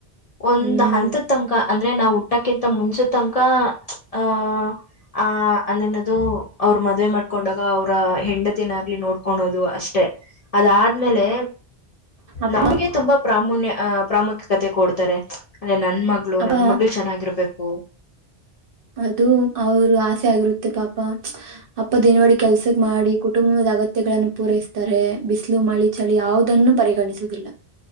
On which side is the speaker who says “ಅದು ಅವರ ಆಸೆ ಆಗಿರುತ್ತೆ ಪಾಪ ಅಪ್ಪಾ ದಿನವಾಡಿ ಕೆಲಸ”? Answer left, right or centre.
Right